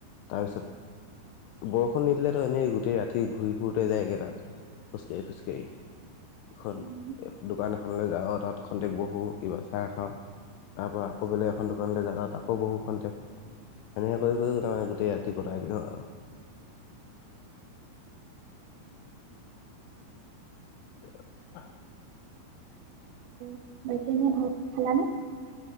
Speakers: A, on the left (about 85°); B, on the right (about 80°).
A: তাৰপিছত বৰষুণ নিদিলেতো এনেই গোটেই ৰাতি ঘূৰি ফুৰোতে যায়গেটাত। খোজকাঢ়ি খোজকাঢ়ি, এইখন
B: উম।
A: দোকান এখনলৈ যাওঁ আৰু তাত। খন্তেক বহো কিবা চাহ খাওঁ। তাৰ পৰা আকৌ বেলেগ এখন দোকানলৈ যা তাত আকৌ বহু সেইখনতে। এনেকৈ কৰি কৰি গোটেই মানে গোটেই ৰাতি কটাই দিওঁ আৰু। <inaudible>
B: <unintelligible> ভাত খালা নে?